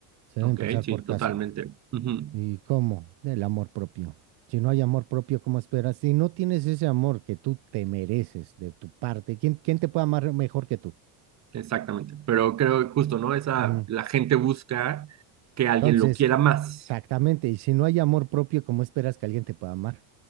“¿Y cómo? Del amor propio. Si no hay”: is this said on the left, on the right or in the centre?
Right